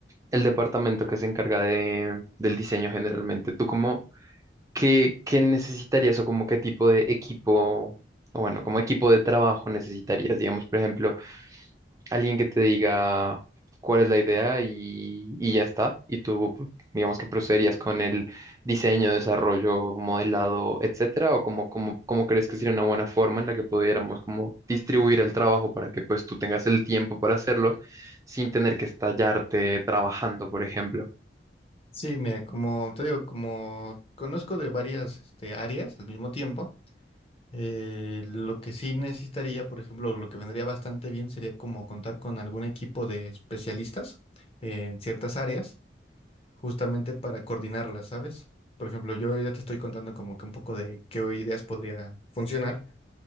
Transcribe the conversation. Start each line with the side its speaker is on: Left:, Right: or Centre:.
Right: el departamento que se encarga de, del diseño generalmente. ¿Tú cómo... ¿Qué, qué necesitarías o como qué tipo de equipo, o bueno, como equipo de trabajo necesitarías? Digamos, por ejemplo, alguien que te diga cuál es la idea y, y ya está, y tú, pu- digamos que procederías con el diseño, desarrollo, modelado, etcétera, o como, como, cómo crees que sería una buena forma en la que pudiéramos como distribuir el trabajo para que pues tú tengas el tiempo para hacerlo sin tener que estallarte trabajando, por ejemplo.
Left: Sí, mira, como te digo, como conozco de varias este, áreas al mismo tiempo, Eh, lo que sí necesitaría, por ejemplo, lo que vendría bastante bien sería como contar con algún equipo de especialistas en ciertas áreas, justamente para coordinarlas, ¿sabes? Por ejemplo, yo ya te estoy contando como que un poco de qué ideas podría funcionar,